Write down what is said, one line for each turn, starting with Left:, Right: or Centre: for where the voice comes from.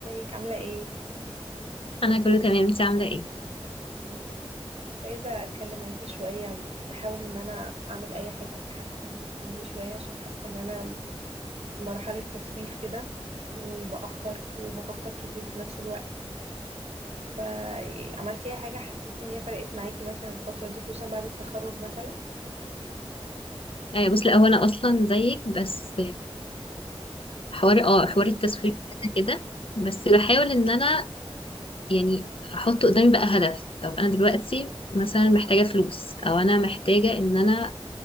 Right: ازيك عاملة ايه؟
Left: انا كله تمام انت عامله ايه
Right: الحمد لله كنت عايزة اتكلم معاكي شوية بحاول ان انا اعمل اي حاجة تحسن مني شوية عشان حاسة ان انا في مرحلة تسويف كده وبأخر وبفكر كتير في نفس الوقت فعملتي اي حاجة حسيتي ان هي فرقت معاكي مثلا الفترة دي خصوصا بعد التخرج مثلا؟
Left: آه بص لا هو انا اصلا زيك بس حوار اه حوار التسويق ده أنا كده بس بحاول ان انا يعني احط قدامي بقى هدف طب انا دلوقتي مثلا محتاجه فلوس او انا محتاجه ان انا